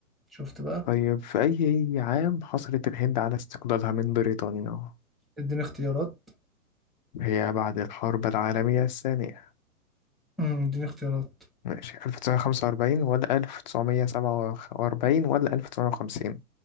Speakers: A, in the centre; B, on the left.
A: شفت بقى
B: طيب في أي عام حصلت الهند على استقلالها من بريطانيا؟
A: اديني اختيارات
B: هي بعد الحرب العالمية الثانية
A: امم اديني اختيارات
B: ماشي 1945 ولا 1947 ولا 1950